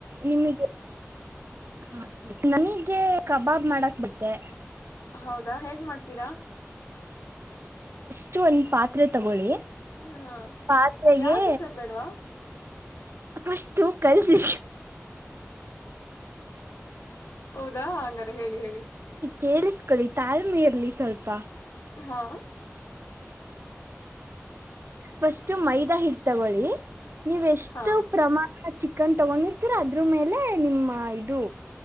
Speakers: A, on the right; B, on the left.
A: ನಿಮಗೆ ಹ ನಮಗ್ಗೆ ಕಬಾಬ್ ಮಾಡಕ್ ಬಿಟ್ಟೆ
B: ಹೌದಾ ಹೇಗ್ ಮಾಡ್ತೀರಾ
A: ಫರ್ಸ್ಟ್ ಒಂದ್ ಪಾತ್ರೆ ತಗೊಳ್ಳಿ
B: ಹ್ಮ್ ಹಾ
A: ಪಾತ್ರೆಗೆ
B: ಗ್ಯಾಸ್ ಹಚ್ಹೋದ್ ಬೇಡ್ವಾ
A: ಫಷ್ಟು ಕಲ್ಸಿ
B: ಹೌದಾ ಹಂಗಾರ ಹೇಳಿ ಹೇಳಿ
A: ಕೇಳಿಸ್ಕೊಳ್ಳಿ ತಾಳ್ಮೆ ಇರ್ಲಿ ಸ್ವಲ್ಪ
B: ಹಾ
A: ಫಸ್ಟ್ ಮೈದಾ ಹಿಟ್ ತಗೊಳ್ಳಿ ನೀವೆ ಎಷ್ಟು
B: ಹಾ
A: ಪ್ರಮಾಣ ಚಿಕನ್ ತಗೊಂಡಿರ್ತೀರ ಅದ್ರ ಮೇಲೆ ನಿಮ್ಮ ಇದು